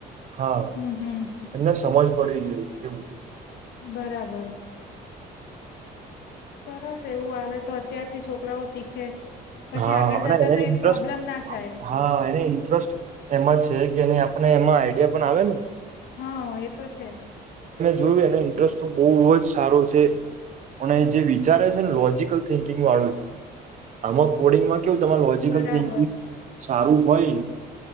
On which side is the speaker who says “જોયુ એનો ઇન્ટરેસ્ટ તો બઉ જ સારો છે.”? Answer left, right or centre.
Right